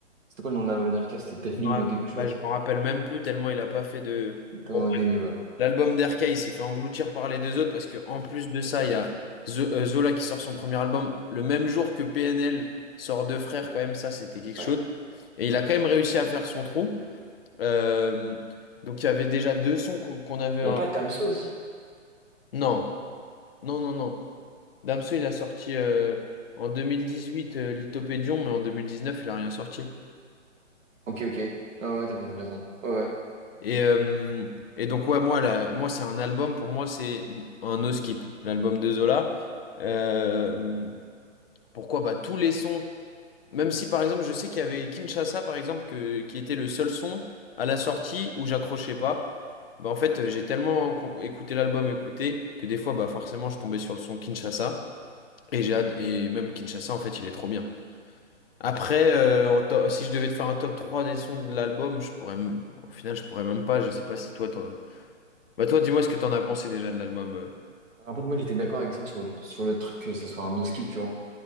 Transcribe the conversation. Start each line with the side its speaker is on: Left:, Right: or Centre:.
Right: C'était quoi le nom de l'album d'RK? C'était Dream
Left: Je me rapp-
Right: quelque chose.
Left: bah, je m'en rappelle même plus tellement il a pas fait de.
Right: T'as
Left: Bon, bref.
Right: des nuls, ouais.
Left: l'album d'RK, il s'est fait engloutir par les deux autres parce que en plus de ça, il y a Zo- euh, Zola qui sort son premier album le même jour que PNL sort Deux Frères. Quand même, ça, c'était quelque
Right: Ouais.
Left: chose. Et il a quand même réussi à faire son trou. Euh, donc, il y avait déjà deux sons qu'on qu'on avait.
Right: Il
Left: un-
Right: n'y a pas Damso aussi?
Left: Non. Non, non, non. Damso, il a sorti euh, en 2018 euh, Lithopédion, mais en 2019 il a rien sorti.
Right: Ok, ok. Ah ouais, t'as peut-être raison. Ouais, ouais.
Left: Et, euh, et donc, ouais, moi, la- moi c'est un album, pour moi, c'est un no skip, l'album de Zola. Euh, pourquoi? Bah, tous les sons, même si par exemple, je sais qu'il y avait Kinshasa, par exemple, que, qui était le seul son à la sortie où j'accrochais pas. Bah, en fait, j'ai tellement con- écouté l'album, écouté, que des fois, bah, forcément, je tombais sur le son Kinshasa. Et j'ai ad- et même Kinshasa, en fait, il est trop bien. Après, euh, en to- si je devais te faire un top 3 des sons de l'album, je pourrais, m- au final, je pourrais même pas. Je sais pas si toi, t'en- bah toi, dis-moi ce que t'en as pensé déjà de l'album. euh.
Right: En fait, moi, j'étais d'accord avec toi sur le, sur le truc que ce soit un no-skip, tu vois.